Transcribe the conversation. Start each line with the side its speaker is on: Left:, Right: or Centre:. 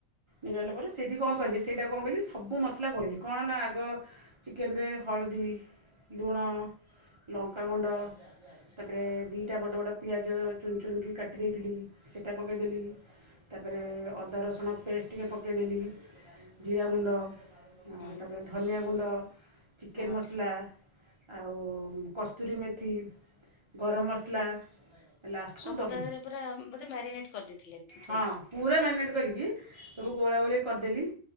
Right: ନିଗାଡ଼ିଲା ପରେ ସେ <unintelligible> କଣ କଲି ସେଇଟାକୁ କଣ କଲି ସବୁ ମସଲା ଗୋଳେଇଲି କଣ ନା ଆଗ ଚିକେନ୍ ରେ ହଳଦୀ, ଲୁଣ, ଲଙ୍କାଗୁଣ୍ଡ ତାପରେ ଦିଇଟା ବଡ଼ ବଡ଼ ପିଆଜ ଚୁନ ଚୁନିକି କାଟି ଦେଇଥିଲି ସେଟା ପକେଇଦେଲି। ତାପରେ ଅଦା ରସୁଣ ପେଷ୍ଟ ଟିକେ ପକେଇଦେଲି। ଜିରା ଗୁଣ୍ଡ ଆ,
Left: ହୁଁ
Right: ତାପରେ ଧନିଆ ଗୁଣ୍ଡ, ଚିକେନ୍
Left: ହଁ ଆଚ୍ଛା
Right: ମସଲା ଆଉ କସ୍ତୁରୀ ମେଥି, ଗରମ ମସଲା ହେ ଲାଷ୍ଟକୁ
Left: ସବୁ
Right: ଦହି
Left: ତା ଦେହରେ ପୁରା ବୋଧେ ମ୍ୟାରିନେଟ କରିଦେଇଥିଲେ ଥୋଇକି।
Right: ହଁ ପୁରା ମେଗନେଟ୍ କରିକି ସବୁ
Left: ହୁଁ
Right: ଗୋଳାଗୋଳି କ କରିଦେଲି